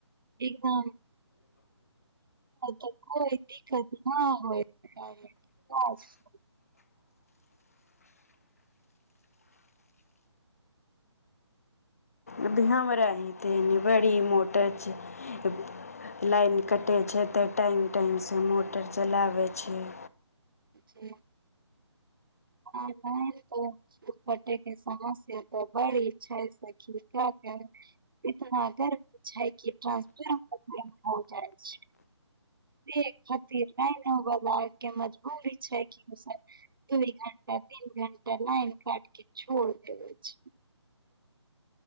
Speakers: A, on the right (about 50°); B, on the left (about 30°).
A: एकदम तऽ कोइ दिक्कत नहि होइ रहलै काज सँ
B: अभी हमरा ही तऽ बड़ी मोटर छै लाइन कटै छै तऽ टाइम टाइमसँ मोटर चलाबैत छियै।
A: त लाइन कटेकेँ समस्या तऽ बड़ी छै से का कही इतना गर्मी छै कि ट्रांसफार्म तक गर्म हो जाइत छै <inaudible> से खातिर लाइन होव लागके मजबूरी छै कि ओ दुइ घंटा तीन घण्टा लाइन काटके छोड़ देबै छै <inaudible>